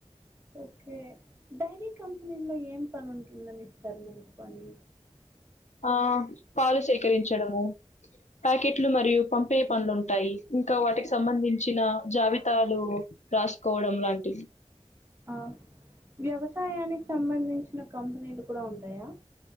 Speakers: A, on the right; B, on the left.
A: ఓకే డైరీ కంపెనీలో ఏం పని ఉంటుందని ఇస్తారు మనకు పని.
B: ఆ పాలు సేకరించడము ప్యాకెట్లు మరియు పంపే పనులు ఉంటాయి. ఇంకా వాటికి సంబంధించిన జావిద్ తాలు రాసుకోవడం లాంటివి.
A: ఆ వ్యవసాయానికి సంబంధించిన కంపెనీలు కూడా ఉంటాయా.